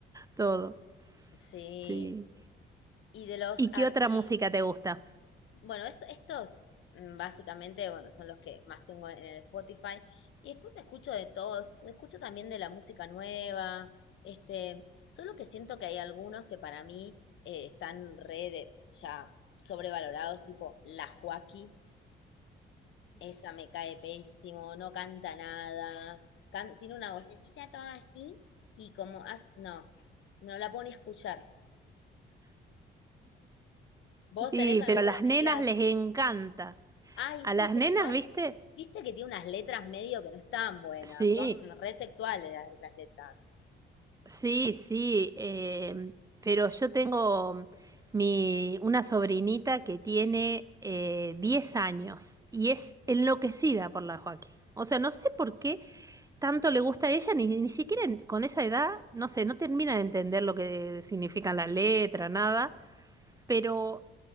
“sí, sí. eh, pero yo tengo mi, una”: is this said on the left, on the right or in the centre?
Right